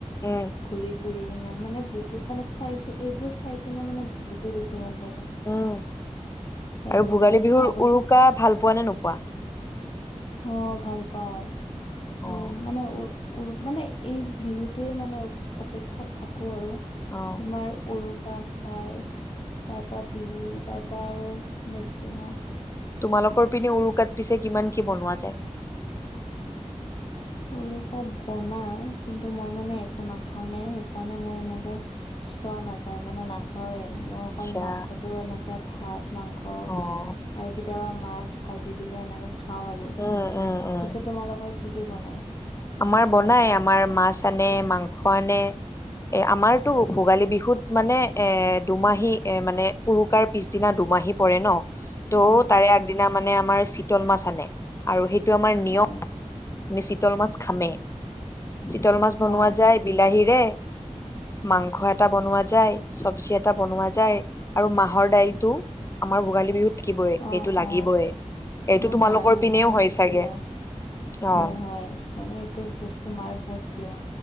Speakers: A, on the left; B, on the left.
A: উম
B: ঘূৰি ঘুৰি কিনে মানে বহুত মানে চাই এইবোৰ চাই কিনে মানে বহুতেই বেছি ভাল লাগে।
A: উম
B: সেইটো
A: আৰু ভোগালী
B: কাৰণে
A: বিহুৰ
B: আৰু
A: উৰুকা ভাল পোৱা নে নোপোৱা?
B: মই ভাল পাওঁ উ
A: অ',
B: মানে উ মানে এই বিহুটোৱে মানে অপেক্ষাত থাকো আৰু
A: অ'।
B: তোমাৰ উৰুকা খাই তাৰপৰা বিহু তাৰপৰা আৰু নেক্সট দিনা
A: তোমালোকৰ পিনে উৰুকাত পিছে কিমান কি বনোৱা যায়?
B: উৰুকাত বনাই কিন্তু মই মানে একো নাখাওঁ নে সেইকাৰণে মোৰ এনেকে চোৱা নাযায় মানে নাচ মই অকল
A: আচ্ছা।
B: মাংসটো এনেকে ভাত মাংস
A: অ',
B: আৰু কেতিয়াবা মাছ ভাজি দিলে এনেকে খাওঁ আৰু।
A: উম, উম, উম।
B: পিছে তোমালোকৰ কি কি বনাই? নাই।
A: আমাৰ বনাই আমাৰ মাছ আনে মাংস আনে। এ আমাৰতো ভোগালী বিহুত মানে এ দুমাহী এ মানে উৰুকাৰ পিছদিনা দুমাহী পৰে ন। ত'
B: অ তোমাৰ
A: তাৰে আগদিনা মানে আমাৰ চিতল মাছ আনে আৰু সেইটো আমাৰ নিয়ম।
B: অ
A: আমি চিতল মাছ খামেই চিতল মাছ বনোৱা
B: অ
A: যায় বিলাহীৰে মাংস এটা বনোৱা যায় চব্জি এটা বনোৱা যায় আৰু মাহৰ দাইল টো আমাৰ ভোগালী বিহুত থাকিব সেইটো
B: অ
A: লাগিবই
B: অ
A: এইটো
B: মোৰ
A: তোমালোকৰ
B: মাৰো
A: পিনেও
B: মানে এইটো
A: হয় চাগে।
B: প্ৰিয়
A: অ
B: হয় হয়, মানে এইটো বস্তু মাৰ বহুত প্ৰিয়।